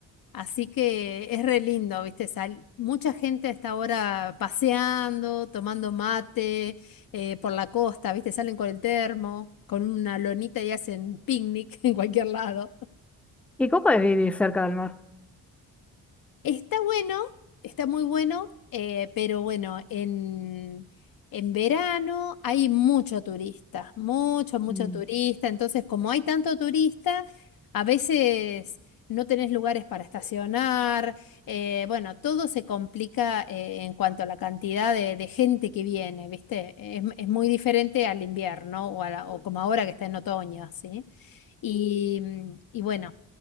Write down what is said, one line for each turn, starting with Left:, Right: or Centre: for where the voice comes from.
Left: Así que es re lindo, viste, sal. Mucha gente está ahora paseando, tomando mate, eh, por la costa, viste, salen con el termo, con una lonita y hacen picnic <laughs> en cualquier lado.
Centre: ¿Y cómo podés vivir cerca del mar?
Left: Está bueno, está muy bueno, eh, pero bueno, en, en verano hay mucho turista, mucho, mucho
Centre: Mm,
Left: turista. Entonces, como hay tanto turista, a veces no tenés lugares para estacionar. eh, bueno, todo se complica eh, en cuanto a la cantidad de, de gente que viene, ¿viste? Es, es muy diferente al invierno o, a la- o como ahora que está en otoño, ¿sí? Y, y bueno,